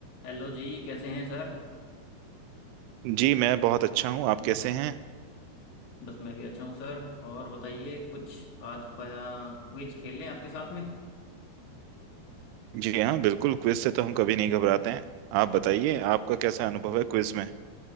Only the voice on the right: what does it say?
जी मैं बहुत अच्छा हूँ आप कैसे हैं
जी हाँ बिल्कुल क्विज से तो हम कभी नहीं घबराते हैं आप बताइए आपका कैसा अनुभव है क्विज में